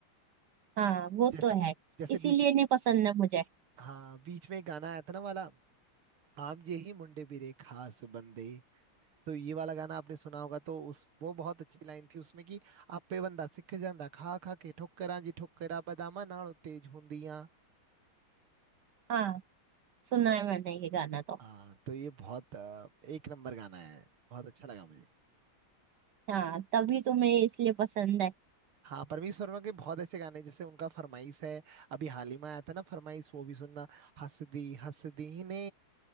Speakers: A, on the right (about 60°); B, on the right (about 80°).
A: हाँ वो
B: जैसे
A: तो है
B: जैसे
A: इसीलिए
B: बीच
A: नहीं पसंद है मुझे
B: हाँ बीच में एक गाना आया था ना वाला आम ये ही मुंडे बिरे खास बंदे तो ये वाला गाना आपने सुना होगा तो उस वो बहुत अच्छी लाइन थी उसमें कि ਆਪੇ ਬੰਦਾ ਸਿੱਖ ਜਾਂਦਾ ਖਾ ਖਾ ਕੇ ਠੋਕਰਾਂ ਜੀ ਠੋਕਰਾ ਬਦਾਮਾਂ ਨਾਲੋਂ ਤੇਜ਼ ਹੁੰਦੀਆਂ
A: हाँ सुना है मैंने ये गाना तो
B: हाँ तो ये बहुत अ, एक नंबर गाना है बहुत अच्छा लगा मुझे
A: हाँ तभी तुम्हें इसलिए पसंद है
B: हाँ परमीश वर्मा के बहुत ऐसे गाने हैं, जैसे उनका फरमाइश है अभी हाल ही में आया था ना फरमाइश वो भी सुनना हंस दी हंस दी ने